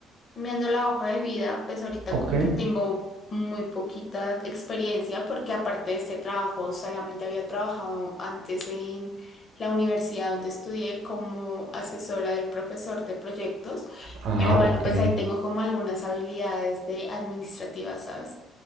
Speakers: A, on the left; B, on the right.
A: viendo la hoja de vida, pues ahorita
B: ok.
A: como que tengo muy poquita experiencia porque aparte de este trabajo solamente había trabajado antes en la universidad donde estudié como asesora del profesor de proyectos,
B: Ah,
A: pero bueno,
B: ok.
A: pues ahí tengo como algunas habilidades de administrativas, ¿sabes?